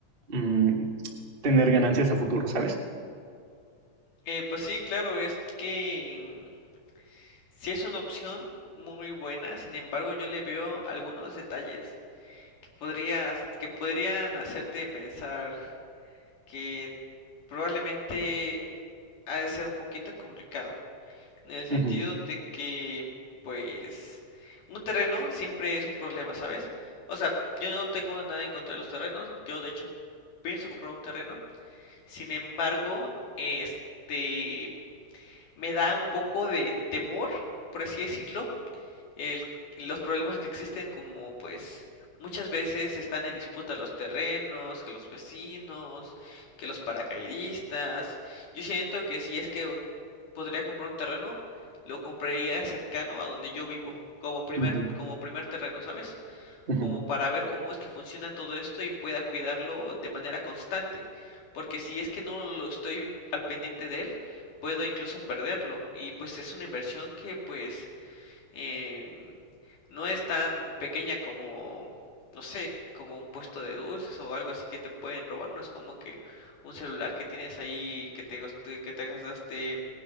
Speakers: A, on the right; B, on the left.
A: mm, tener ganancias a futuro, ¿sabes?
B: Eh, pues sí, claro, es que sí es una opción muy buena, sin embargo yo le veo algunos detalles que podrías, que podrían hacerte pensar que probablemente ha de ser un poquito complicado, en el sentido
A: Ujú,
B: de que, pues, un terreno siempre es un problema, ¿sabes? O sea, yo no tengo nada en contra de los terrenos, yo de hecho pienso comprar un terreno, sin embargo, este, me da un poco de temor, por así decirlo, el- los problemas que existen como pues muchas veces están en disputa los terrenos, que los vecinos, que los paracaidistas. Yo siento que si es que podría comprar un terreno, lo compraría cercano a donde yo vivo, como primer,
A: ujú,
B: como primer terreno, ¿sabes?
A: ujú.
B: Como para ver cómo es que funciona todo esto y pueda cuidarlo de manera constante. Porque si es que no lo estoy al pendiente de él, puedo incluso perderlo. Y pues es una inversión que pues eh, no es tan pequeña como, no sé, como un puesto de dulces o algo así que te pueden robar, no es como que un celular que tienes ahí que te gaste- que te gastaste